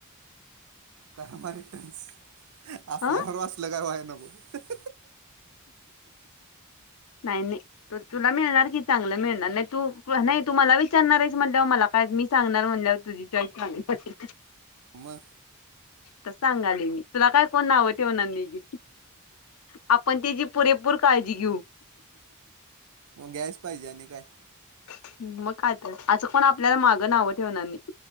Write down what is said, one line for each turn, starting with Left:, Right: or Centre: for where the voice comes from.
Right: काय माहितेस आपल्यावर
Left: ह
Right: असलं काही व्हायला नको
Left: नाही-नाही. तुला मिळणार की चांगलं मिळणार. नाही तू नाही तु मला विचारणार आहेस. म्हणल्यावर मला काय आज मी सांगणार म्हणल्यावर तुझी चॉईस चांगली पटली.
Right: मग
Left: तर सांगालोय मी तुला काय कोण नाव ठेवणार नाही. आपण त्याची पुरेपूर काळजी घेऊ
Right: मग गॅस पाहिजे आणि काय
Left: ह. मग काय तर. असं काय कोण आपल्याला मागं नावं ठेवणार नाही.